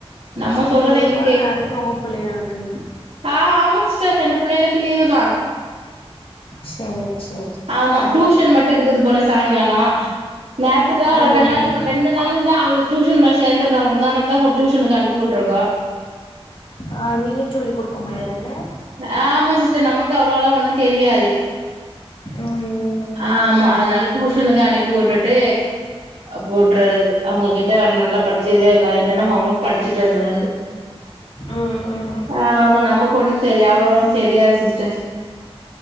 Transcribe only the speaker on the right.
நம்ம
சொல்றது
எங்க
ஆஹ ஆமா சிஸ்டர் ரெண்டு பிள்ளைகளுக்கும் லீவுதான்
ஆமா டியூஷன் மட்டும் இருக்குது போல சாயங்கால நேத்துதா
ரெண்டு நாள் ரெண்டு நாளுதா டியூஷன்ல சேந்துறாகங்க முந்தாநேத்து டியூஷனுக்கு அனுப்பி விட்டுருக்கோம்
ஆ ஆமா சிஸ்டர் நமக்கு அவ்வளோல்லா ஒன்னும் தெரியாது
ஆமா அதுனாலே டியூஷனுக்கு அனுப்பி விட்டுட்டு போட்ரது அவங்ககிட்ட நல்லா படிச்ச செய்ததல அனன்ன கோம்வர்க் படிச்சிட்டு வந்ததுண்டு
ஆமா நமக்கு ஒன்னும் தெரியாம தெரியாது சிஸ்டர்